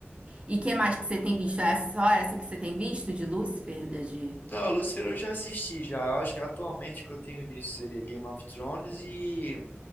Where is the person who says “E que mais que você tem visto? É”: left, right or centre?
Right